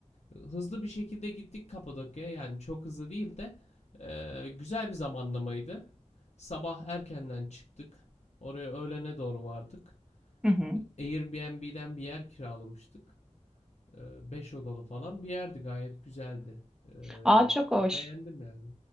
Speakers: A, on the left; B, in the centre.
A: Hızlı bir şekilde gittik Kapadokya'ya. Yani çok hızlı değil de e, güzel bir zamanlamaydı. Sabah erkenden çıktık. Oraya öğlene doğru vardık.
B: hı hı.
A: Airbnb'den bir yer kiralamıştık. E, beş odalı falan bir yerdi gayet güzeldi. E,
B: Aa çok hoş.
A: beğendim yani.